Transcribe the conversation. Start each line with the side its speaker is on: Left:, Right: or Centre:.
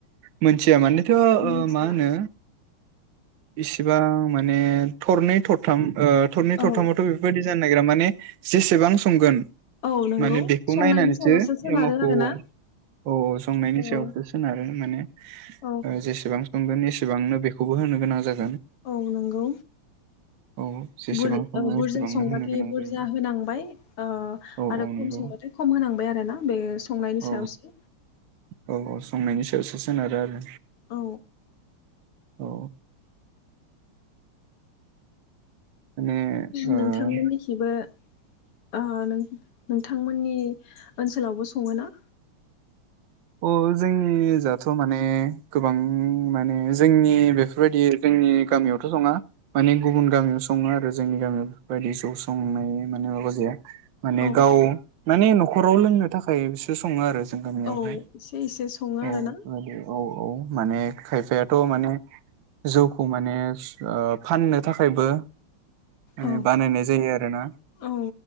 Right: मोनथिया माने थ' ओ
Left: मिथिया।
Right: मा होनो इसिबां माने थरनै थरथाम ओ थरै
Left: औ
Right: थरथामावथ' बेफोरबायदि जानो नागिरा माने जेसेबां संगोन
Left: औ नंगौ
Right: माने बेखौ
Left: संनायनि
Right: नायनानैसो
Left: सायावसो सोनारो
Right: एमावखौ
Left: आरोना
Right: औ औ संनायनि
Left: औ
Right: सायावसो सोनारो माने ओ
Left: औ।
Right: जेसेबां संगोन एसेबां नो बेखौबो होनो गोनां जागोन।
Left: औ नंगौ
Right: औ जेसेबां
Left: बुर
Right: सङो
Left: ओ बुरजा
Right: एसेबांनो
Left: संबाथाय
Right: होनो गोनां
Left: बुरजा
Right: जायो
Left: होनांबाय ओ
Right: औ
Left: आरो
Right: औ
Left: खम
Right: नंगौ
Left: संबाथाय खम होनांबाय आरोना बे संनायनि
Right: औ
Left: सायावसो
Right: औ औ संनायनि सायावसो सोनारो आरो
Left: औ
Right: औ माने
Left: नोंथांमोननिखिबो
Right: ओ
Left: ओ नों-नोंथांमोननि ओनसोलावबो सङो ना?
Right: अ जोंनि जाथ माने ने गोबां माने जोंनि बेफोरबायदि जोंनि गामियावथ' सङा माने गुबुन गामियाव सङो आरो जोंनि गामियाव बेफोरबायदि जौ संनाय माने माबा गैया माने
Left: औ
Right: गाव माने नखराव लोंनो थाखाय बिसोर सङो आरो जों गामियावहाय
Left: औ एसे इसे सङो
Right: औ
Left: आरो
Right: बेफोरबायदि
Left: ना।
Right: औ औ माने खायफायाथ' माने जौखौ मा माने ओ फाननो थाखायबो माने
Left: औ
Right: बानायनाय जायो आरोना
Left: औ